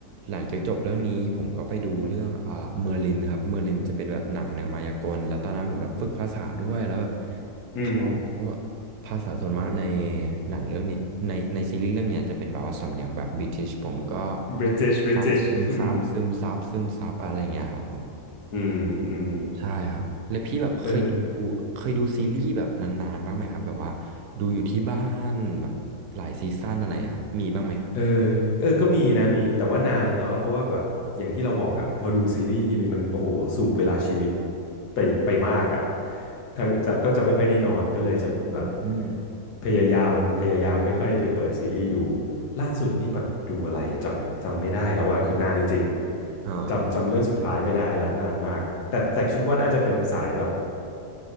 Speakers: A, on the right; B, on the left.
A: หลังจากจบเรื่องนี้ผมก็ไปดูเรื่องอ่าเมอร์ลินครับเมอร์ลินจะเป็นแบบหนังแนวมายากลแล้วตอนนั้นผมแบบฝึกภาษาด้วยแล้วแบบ
B: อืม
A: เขาภาษาส่วนมากในหนังเรื่องนี้ในในซีรีส์เรื่องเนี้ยจะเป็นแบบว่าสำเนียงแบบบริติชผมก็
B: British British
A: ตามซึมซับซึมซับซึมซับอะไรเงี้ยครับผม
B: อืมอืมอืม
A: ใช่ครับแล้วพี่แบบเคยดู
B: เออ
A: เคยดูซีรีส์แบบนานๆบ้างไหมครับแบบว่าดูอยู่ที่บ้านแบบหลายซีซั่นอะไรครับมีบ้างไหมครับ
B: เออเออก็มีนะมีแต่ว่านานแล้วอะเพราะว่าแบบอย่างที่เราบอกอะพอดูซีรีส์ทีหนึ่งมันโอ้โหสูบเวลาชีวิตไปไปมากอะทางจัดก็จะไม่ค่อยได้นอนก็เลยจะแบบ
A: อืม
B: พยายามพยายามไม่ค่อยไปเปิดซีรีส์ดูล่าสุดนี่แบบดูอะไรจำจำไม่ได้แล้วอะคือนานจริงๆจำจำเรื่องสุดท้ายไม่ได้ละนานมากแต่แต่คิดว่าน่าจะเป็นสายแบบ
A: อ่า